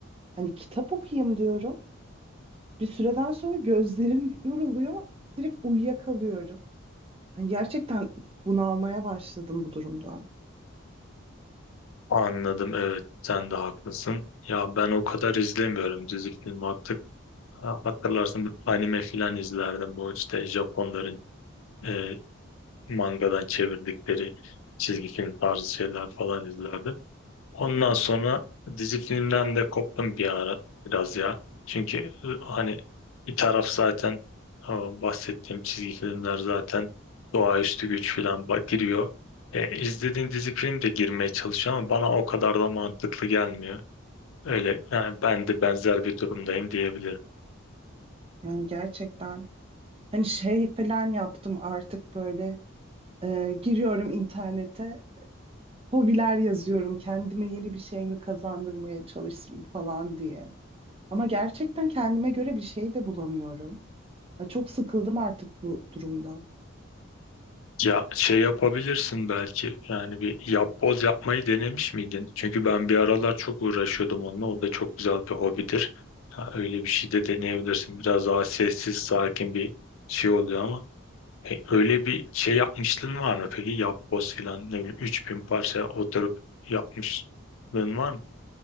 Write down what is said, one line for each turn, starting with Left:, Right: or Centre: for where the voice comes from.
Right: Hani kitap okuyayım diyorum. Bir süreden sonra gözlerim <laughs> yoruluyor. Direkt uyuyakalıyorum. Hani gerçekten bunalmaya başladım bu durumdan.
Left: Anladım evet sen de haklısın. Ya ben o kadar izlemiyorum dizi film artık. Ha, Hatırlarsın anime filan izlerdim. Bu işte Japonların e, mangadan çevirdikleri çizgi film tarzı şeyler falan izlerdim. Ondan sonra dizi filmden de koptum bir ara biraz ya. Çünkü e, hani bir taraf zaten o bahsettiğim çizgi filmler zaten doğaüstü güç filan ba- giriyor. E, izlediğin dizi film de girmeye çalışıyor ama bana o kadar da mantıklı gelmiyor. Öyle yani ben de benzer bir durumdayım diyebilirim.
Right: Yani gerçekten hani şey falan yaptım artık böyle e, giriyorum internete hobiler yazıyorum. Kendime yeni bir şey mi kazandırmaya çalışırım falan diye. Ama gerçekten kendime göre bir şey de bulamıyorum. Ya çok sıkıldım artık bu durumdan.
Left: Ya şey yapabilirsin belki yani bir yapboz yapmayı denemiş miydin? Çünkü ben bir aralar çok uğraşıyordum onunla. O da çok güzel bir hobidir. Ha, öyle bir şey de deneyebilirsin. Biraz daha sessiz, sakin bir şey oluyor ama E, öyle bir şey yapmışlığın var mı peki? Yapboz filan ne bileyim 3000 parça oturup yapmışlığın var mı?